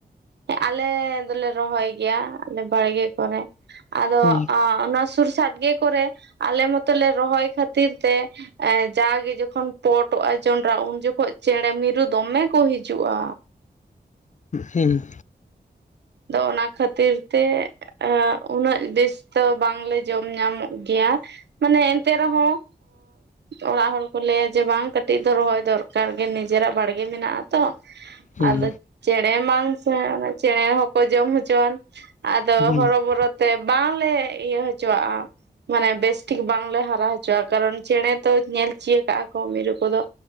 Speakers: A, on the right; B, on the left.
A: ᱦᱮᱸ ᱟᱞᱮ ᱫᱚᱞᱮ ᱨᱚᱦᱚᱭ ᱜᱮᱭᱟ ᱟᱞᱮ ᱵᱟᱲᱜᱮ ᱠᱚᱨᱮ ᱟᱫᱚ
B: ᱦᱮᱸ
A: ᱟ ᱚᱱᱟ ᱥᱩᱨ ᱥᱟᱰᱜᱮ ᱠᱚᱨᱮ ᱟᱞᱮ ᱢᱚᱛᱚᱞᱮ ᱨᱚᱦᱚᱭ ᱠᱷᱟᱹᱛᱤᱨ ᱛᱮ ᱡᱟᱜᱮ ᱡᱚᱠᱷᱚᱱ ᱯᱚᱴᱚᱜᱼᱟ ᱡᱚᱱᱰᱨᱟ ᱩᱱ ᱡᱚᱠᱷᱚᱡ ᱪᱮᱬᱮ ᱢᱤᱨᱩ ᱫᱚᱢᱮ ᱠᱚ ᱦᱤᱡᱩᱜᱼᱟ᱾
B: ᱦᱤᱱ
A: ᱟᱫᱚ ᱚᱱᱟ ᱠᱷᱟᱹᱛᱤᱨ ᱛᱮ ᱮᱸ ᱩᱱᱟᱹᱜ ᱵᱮᱥ ᱫᱚ ᱵᱟᱝᱞᱮ ᱡᱚᱢ ᱧᱟᱢᱚᱜ ᱜᱮᱭᱟ ᱢᱟᱱᱮ ᱮᱱᱛᱮ ᱨᱮᱦᱚᱸ ᱚᱲᱟᱜ ᱦᱚᱲᱠᱚ ᱞᱟᱹᱭᱟ ᱡᱮ ᱵᱟᱝ ᱠᱟᱹᱴᱤᱡ ᱫᱚ ᱨᱚᱦᱚᱭ ᱫᱚᱨᱠᱟᱨ ᱜᱮ ᱱᱤᱡᱮᱨᱟᱜ ᱵᱟᱲᱜᱮ ᱢᱮᱱᱟᱜᱼᱟ ᱛᱚ
B: ᱦᱮᱸ
A: ᱟᱫᱚ ᱪᱮᱬᱮ ᱢᱟ ᱥᱮ ᱪᱮᱬᱮ ᱦᱚᱸ ᱠᱚ ᱡᱚᱢ ᱦᱚᱪᱚᱣᱟᱱ ᱟᱫᱚ
B: ᱦᱮᱸ
A: ᱦᱚᱨᱚᱵᱚᱨᱚ ᱛᱮ ᱵᱟᱝᱞᱮ ᱤᱭᱟᱹ ᱦᱚᱪᱚᱣᱟᱜᱼᱟ ᱢᱟᱱᱮ ᱵᱮᱥᱴᱷᱤᱠ ᱵᱟᱝᱞᱮ ᱦᱟᱨᱟ ᱦᱚᱪᱚᱣᱟᱜᱼᱟ ᱠᱟᱨᱚᱱ ᱪᱮᱬᱮ ᱛᱚ ᱧᱮᱞ ᱪᱤᱭᱟ ᱠᱟᱜᱼᱟ ᱠᱚ ᱢᱤᱨᱩ ᱠᱚᱫᱚ